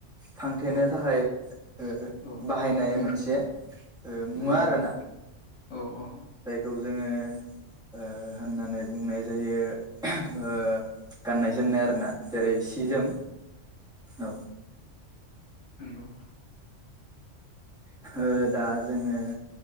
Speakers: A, in the centre; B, on the left.
A: फांथेनो
B: औ
A: थाखाय ओ
B: औ
A: बाहायनाय मोनसे ओ मुवा
B: नंगौ
A: आरो ना।
B: औ औ
A: जायखौ जोङो ओ होननानै बुंनाय जायो ओ गाननाय जोमनाय आरो ना। जेरै सि जोम औ
B: नंगौ
A: ओ दा जोङो